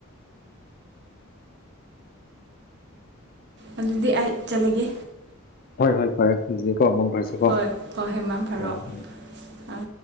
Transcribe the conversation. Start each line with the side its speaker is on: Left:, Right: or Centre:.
Right: ꯑꯗꯨꯗꯤ ꯑꯩ ꯆꯂꯒꯦ
Left: ꯍꯣꯏ ꯍꯣꯏ ꯐꯔꯦ ꯀꯣ ꯃꯪ ꯐꯔꯁꯤ ꯀꯣ
Right: ꯍꯣꯏ ꯍꯣꯏ ꯍꯣꯏ ꯃꯪ ꯐꯔꯣ
Left: ꯎꯝ ꯎꯝ
Right: ꯑꯥ